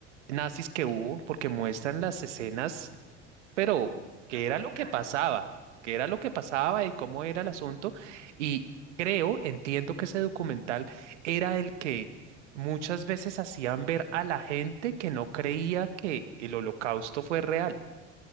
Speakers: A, on the right; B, on the right.
A: nazis que hubo, porque muestran las escenas, pero
B: Mm,
A: qué
B: Las originales.
A: era lo que pasaba, qué era lo que pasaba
B: Sí,
A: y cómo era el asunto. Y creo, entiendo que ese documental era el que muchas veces hacían ver a la gente que no creía que el holocausto fue real.